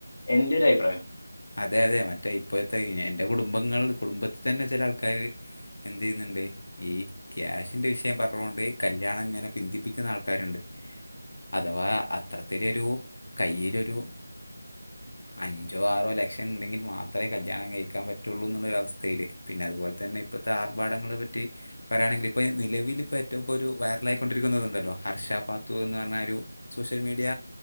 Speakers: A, on the left; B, on the left.
A: എന്റെ ഒരു അഭിപ്രായം
B: അതെ അതെ മറ്റേ ഇപ്പത്തെ എന്റെ കുടുംബങ്ങൾ കുടുംബത്തി തന്നെ ചെല ആൾക്കാര് എന്തയ്യുന്നുണ്ട് ഈ ക്യാഷിന്റെ വിഷയം പറഞ്ഞുകൊണ്ട് കല്യാണം ഇങ്ങനെ പിന്തിപ്പിക്കുന്ന ആൾക്കാരുണ്ട് അഥവാ അത്രത്തിലൊരു കയ്യിലൊരു അഞ്ചോ ആറോ ലക്ഷം ഇണ്ടെങ്കിൽ മാത്രേ കല്യാണം കഴിക്കാ പറ്റുള്ളൂ എന്നുള്ളൊരു അവസ്ഥയിലേക്ക് പിന്നെ അതുപോലെ തന്നെ ഇപ്പത്തെ ആർഭാടങ്ങളെ പറ്റി പറാണെങ്കി ഇപ്പൊ ഈ നിലവില് ഇപ്പ ഏറ്റവും ഇപ്പ ഒരു വൈറലായിക്കൊണ്ടിരിക്കുന്നത്ണ്ടല്ലോ ഹർഷാപാത്തു എന്ന് പറഞ്ഞ ഒരു സോഷ്യൽ മീഡിയ